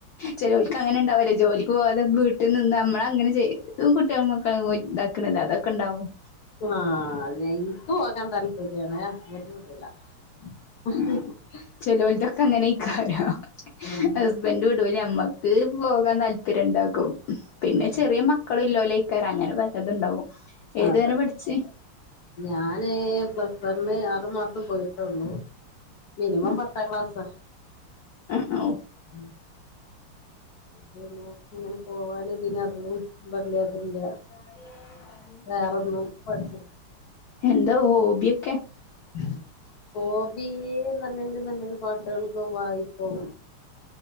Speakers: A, on the left; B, on the left.
A: ചെലോൽക്ക് അങ്ങനെ ഉണ്ടാവൊല്ലേ ജോലിക്ക് പോവാതെ വീട്ട് നിന്ന് നമ്മളങ്ങനെ ചെയ് കുട്ട്യേളും മ ക്കളും ഇതാക്ണത് അതൊക്കെ ണ്ടാവും.
B: ആഹ് തെ. ഇൻക്ക് പോകാൻ താല്പര്യാണ് ഹസ്ബൻഡ് വിടൂല. <unintelligible>
A: ആഹ് ചെലോൽതൊക്കെ അങ്ങെനേയ്ക്കാരം.
B: ഉം
A: ഹസ്ബൻഡ് വിടൂലാ നമ്മക്ക് പോകാൻ താല്പര്യം ഇണ്ടാവും പിന്നെ
B: ഉം
A: ചെറിയ
B: ഉം
A: മക്കള് ഇള്ളോലായിക്കാരം അങ്ങനെ പലത്ണ്ടാവും ഏതു
B: അതെ
A: വരെ പഠിച്ച്
B: ഞാന് പ്ലസ് വണ്ണ് ആറു മാസം പോയിട്ടോള്ളു മിനിമം
A: ഉം
B: പത്താം ക്ലാസ്സാ
A: ആഹ് ഓഹ്
B: ഉം പിന്നെ ഇങ്ങനെ പോവനും ഇതിനും അതും വല്യതില്ലാ
A: ആ
B: വേറൊന്നും പഠിച്ചി
A: എന്താ ഹോബിയൊക്കെ
B: <unintelligible> ഹോബീന്ന് <unintelligible> പാട്ടുകേൾക്കും വായിക്കും